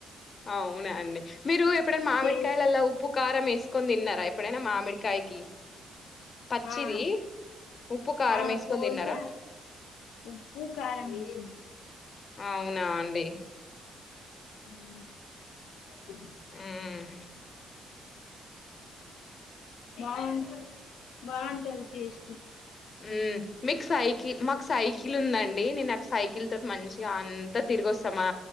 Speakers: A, on the left; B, on the left.
A: అవునా అండి మీరు ఏప్ ఇప్పుడే మామిడికాయలు
B: టేస్ట్
A: అలా ఉప్పు కారం వేసుకొని తిన్నార ఎప్పుడైనా మామి అమెరికాయకి పచ్చిది
B: ఆ
A: ఉప్పు కారం
B: ఆ
A: వేసుకొని
B: కోసి
A: తిన్నారా
B: ఉప్పు కారం వేసి
A: అవునా అండి
B: ఉమ్
A: మ్మ్
B: <unintelligible> బాటది టేస్ట్
A: ఉ మిక్స్ ఆయికి మాకు సైకిల్ ఉందండి నేను సైకిల్ తోట్ మంచిగా అంతా తిరిగో స్ ఆ